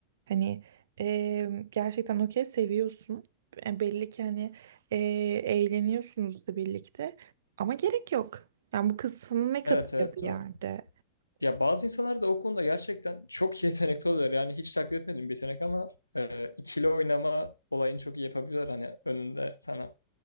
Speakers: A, on the right; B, on the left.
A: Hani eee, gerçekten okey seviyorsun. E, belli ki hani eee, eğleniyorsunuz da birlikte. Ama gerek yok. Yani bu kız sana ne katıyor
B: Evet evet
A: bir yerde?
B: doğru. Ya bazı insanlar da o konuda gerçekten çok <laughs> yetenekli oluyor. Yani hiç takdir etmediğim bir yetenek ama e, ikili oynama olayını çok iyi yapabiliyorlar. Hani önünde sana